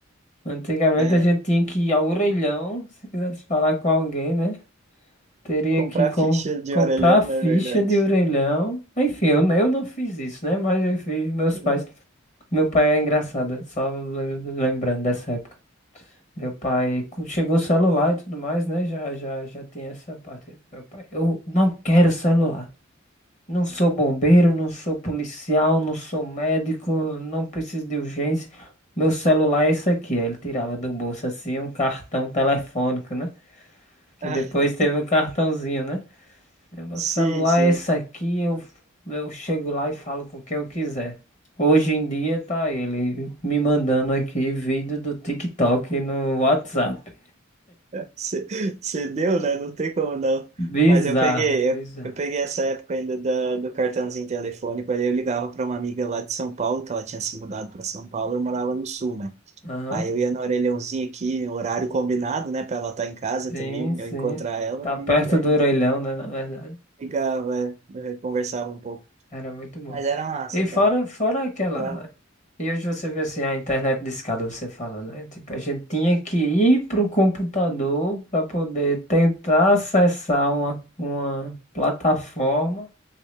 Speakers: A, on the left; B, on the right.
A: antigamente
B: É,
A: a gente tinha que ir ao orelhão, se quisesse falar com alguém, né? Teria
B: comprar
A: que com,
B: ficha de
A: comprar
B: orelhão,
A: ficha
B: não é verdade?
A: de orelhão. Enfim, eu, eu não fiz isso, né? Mas eu fiz, meus
B: É.
A: pais. Meu pai é engraçado, só lem- lembrando dessa época. Meu pai co- chegou o celular e tudo mais, né? Já, já, já tem essa parte. Meu pai, eu não quero celular. Não sou bombeiro, não sou policial, não sou médico, não preciso de urgência. Meu celular é esse aqui. Aí Ele tirava do bolso assim um cartão telefônico, né? Que
B: Ah,
A: depois teve o cartãozinho, né? É, Meu
B: sim,
A: celular
B: sim.
A: é esse aqui, eu, eu chego lá e falo com quem eu quiser. Hoje em dia tá ele me mandando aqui vídeo do TikTok no WhatsApp.
B: Você você deu, né? Não tem como não.
A: Bizarro,
B: Mas eu peguei,
A: bizarro.
B: eu, eu peguei essa época ainda da, do cartãozinho telefônico. Aí eu ligava para uma amiga lá de São Paulo, que ela tinha se mudado para São Paulo, eu morava no Sul, né?
A: Aham.
B: Aí eu ia no orelhãozinho aqui, horário combinado, né? Para ela estar em casa
A: Sim,
B: também,
A: sim.
B: eu encontrar ela
A: Tá
B: e
A: perto
B: a
A: do
B: gente
A: orelhão, né? Na verdade.
B: Ligava, é, é, conversava um pouco.
A: Era muito bom.
B: Mas era massa,
A: E
B: cara.
A: fora, fora aquela.
B: Jogava.
A: E hoje você vê assim, a internet discada, você fala, né? Tipo, a gente tinha que ir pro computador para poder tentar acessar uma, uma plataforma